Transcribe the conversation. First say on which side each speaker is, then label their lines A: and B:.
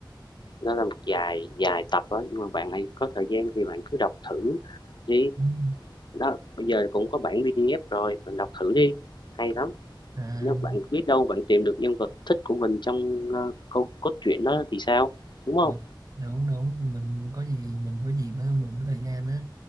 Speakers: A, on the left; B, on the right.
A: nó là một dài dài tập đó nhưng mà bạn hãy có thời gian thì bạn cứ đọc thử đi
B: Ừm.
A: đó bây giờ cũng có bản PDF rồi bạn đọc thử đi hay lắm
B: à
A: nếu bạn biết đâu bạn tìm được nhân vật thích của mình trong ờ, câu cốt truyện đó thì sao đúng không
B: ờ, đúng đúng mình có gì mình có gì mà mình có thời gian á